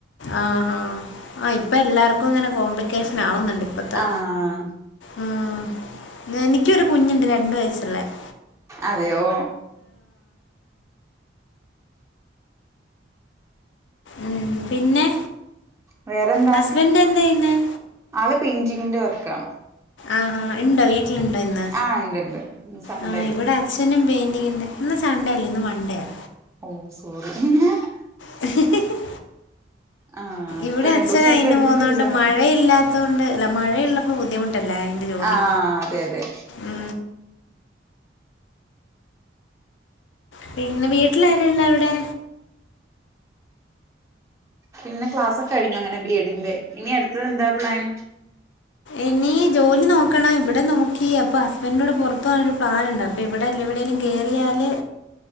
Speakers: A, on the left; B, on the right.
A: ആഹാ ആഹ് ഇപ്പൊ എല്ലാർക്കും ഇങ്ങനെ കോംപ്ലിക്കേഷൻ ആവുന്നുണ്ട് ഇപ്പോഴത്തെ
B: ആഹ
A: ഉം. എനിക്കൊരു കുഞ്ഞുണ്ട് രണ്ടു വയസ്സുള്ളേ --
B: അതെയോ
A: ഉ പിന്നെ
B: വേറെന്താ
A: ഹസ്ബൻഡ് എന്താ ചെയ്യുന്നത്
B: ആള് പെയിന്റിങ്ങിന്റെ വർക്ക ആണ്.
A: ആഹാ ഉണ്ടോ വീട്ടിലുണ്ടോ ഇന്ന്
B: ആ ഉണ്ട് ഉണ്ട് സൺഡേ
A: ആ
B: അല്ലേ
A: ഇവിടെ അച്ഛനും പേ ഇന്ന് സൺഡേ അല്ലേ ഇന്ന് മൺണ്ടേയാ
B: ഓ സോറി മ്ഹാ --
A: ഹി ഹേ ഹി ഹേ
B: ആ
A: ഇവിടെ
B: ഇപ്പൊ രണ്ടു
A: അച്ഛന
B: ദിവസായിട്ട്
A: അയി
B: അടുപ്പിച്ച്
A: പോകുന്നതൊണ്ട്
B: ലീവാണ്
A: മഴയില്ലാത്തൊണ്ട് അല്ല മഴയള്ളപ്പോ ബുദ്ധിമുട്ട ല്ലേ അതിന്റെ ജോലി
B: ആ അതെ അതെ
A: ഉ പിന്നെ വീട്ടിലാരെഉളള്ള അവിടെ?
B: പിന്നെ ക്ലാസ് ഒക്കെ കഴിഞ്ഞു അങ്ങനെ ബി എഡിന്റെ ഇനി അടുത്തത് എന്താ പ്ലാൻ?
A: ഇനിീ ജോലി നോക്കണം ഇവിടെ നോക്കി അപ്പൊ ഹസ്ബന്റിന്റെടെ പെറത്തു പോവനൊരു പ്ലൻ ഉണ്ട് അപ്പൊ ഇവിടെല്ല എവിടേലും കേറിയാൽ